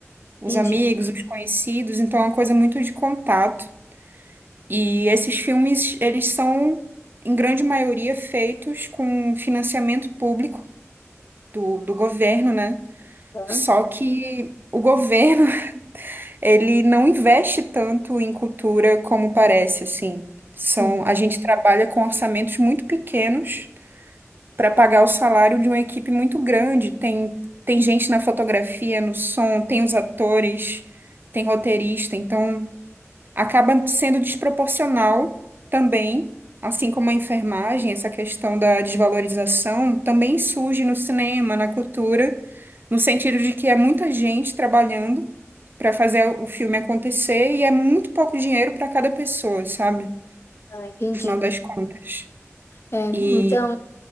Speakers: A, on the right; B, on the left.
A: os
B: Entendi.
A: amigos, os conhecidos, então é uma coisa muito de contato. E esses filmes, eles são, em grande maioria, feitos com financiamento público do, do governo, né?
B: Tá.
A: Só que o governo, <laughs> ele não investe tanto em cultura como parece, assim. São,
B: Uhum.
A: a gente trabalha com orçamentos muito pequenos para pagar o salário de uma equipe muito grande. Tem, tem gente na fotografia, no som, tem os atores, tem roteirista, então acaba sendo desproporcional também, assim como a enfermagem, essa questão da desvalorização também surge no cinema, na cultura, no sentido de que é muita gente trabalhando para fazer o filme acontecer e é muito pouco dinheiro para cada pessoa, sabe?
B: Ah, entendi.
A: No final das contas.
B: É, então,
A: E